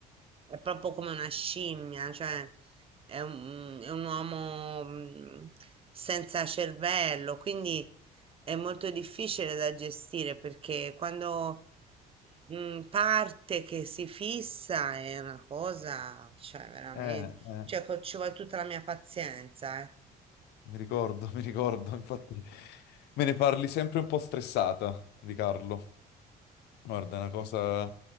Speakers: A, on the right; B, on the left.
A: è proprio come una scimmia, cioè è un, è un uomo mm, senza cervello, quindi è molto difficile da gestire perché quando Mm, parte che si fissa è una cosa, cioè veramente,
B: Eh, eh,
A: cioè co- ci vuole tutta la mia pazienza, eh.
B: mi ricordo, <laughs> mi ricordo, infatti me ne parli sempre un po' stressata di Carlo. Guarda, è una cosa,